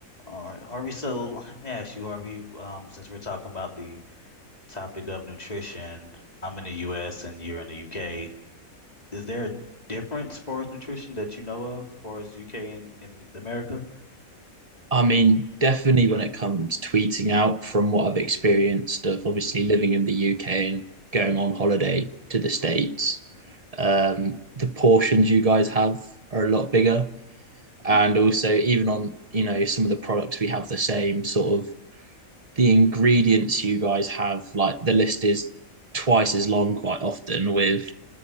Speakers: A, on the left; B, on the right.
A: All right, Harvey. So let me ask you, Harvey, um, since we're talking about the topic of nutrition, I'm in the US and you're in the UK. Is there a difference as far as nutrition that you know of, as far as UK and in America?
B: I mean, definitely when it comes tweeting out from what I've experienced of
A: Mhm,
B: obviously living in the UK and going on holiday to the States,
A: mhm,
B: um, the portions you guys have are a lot bigger.
A: <laughs>
B: And also, even on, you know, some of the products, we have the same sort of the ingredients you guys have, like the list is twice as long quite often with,